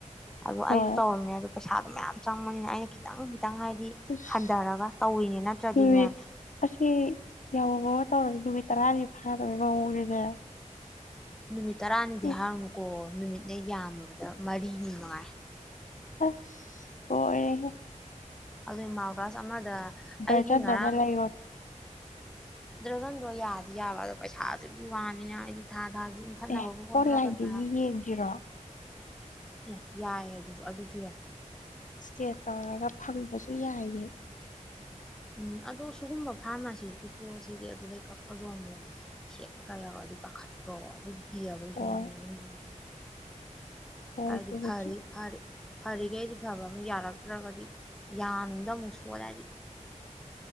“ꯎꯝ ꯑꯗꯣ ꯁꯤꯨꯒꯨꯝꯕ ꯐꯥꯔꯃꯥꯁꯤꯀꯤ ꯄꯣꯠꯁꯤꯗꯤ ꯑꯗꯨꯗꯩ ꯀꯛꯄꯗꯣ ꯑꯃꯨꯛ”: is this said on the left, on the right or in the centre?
Centre